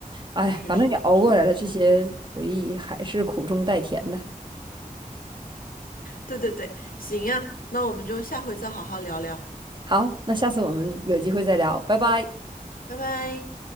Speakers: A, on the right (about 35°); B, on the left (about 75°).
A: 哎，
B: 确实确实，
A: 反正也熬过来了，这些回忆还是苦中带甜的。
B: 对对对，行呀，那我们就下回再好好聊聊，
A: 好，那下次我们有机会再聊，拜拜。
B: 拜拜。